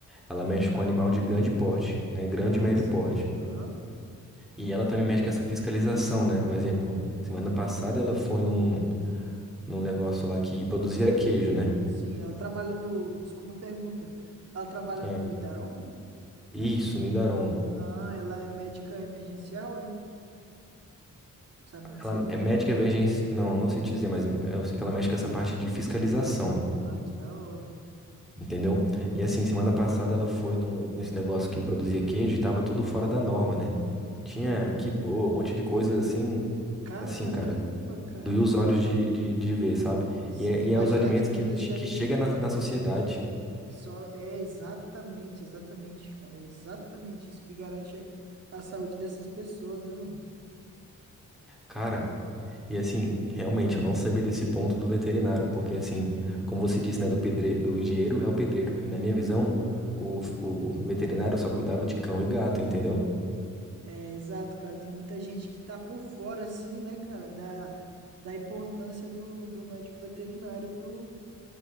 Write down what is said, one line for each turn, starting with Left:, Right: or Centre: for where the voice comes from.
Centre: ela mexe com animal de grande porte, né? Grande
Right: Ah,
Centre: e médio
Right: sim.
Centre: porte.
Right: Aham.
Centre: E ela também mexe com essa fiscalização, né? Um exemplo, semana passada ela foi num, num negócio lá que produzia queijo, né?
Right: Sim, ela trabalha no. Desculpa a pergunta. Ela trabalha
Centre: É.
Right: no Idaron?
Centre: Isso, Nidaron.
Right: Ah, ela é médica emergencial, é? Sabe me dizer?
Centre: Ela é médica emergência. Não, não sei te dizer, mas eu sei que ela mexe com essa parte de fiscalização,
Right: Ah, que da hora.
Centre: entendeu?
Right: Aham.
Centre: E assim, semana passada ela foi num, nesse negócio que produzia queijo e tava tudo fora da norma, né? Tinha
Right: Ahn,
Centre: quibô, um monte de coisa assim,
Right: caramba,
Centre: assim, cara.
Right: cara.
Centre: Doía os olhos de, de, de ver, sabe?
Right: Sim,
Centre: E é,
Right: imaginar
Centre: e é os alimentos
Right: que tudo
Centre: que,
Right: isso de
Centre: que
Right: alimento
Centre: chegam
Right: vai
Centre: na,
Right: pra...
Centre: na sociedade.
Right: que só é exatamente, exatamente, cara, é exatamente isso que garante a saúde dessas pessoas, né, mano?
Centre: Cara, E assim, realmente, eu não sabia desse ponto do veterinário, porque assim, como você disse, né, do pedre... do engenheiro é o pedreiro. E na minha visão, o, o veterinário só cuidava de cão e gato, entendeu?
Right: É, exato, cara. Tem muita gente que tá por fora, assim, né, cara, da, da importância do, do médico veterinário pro,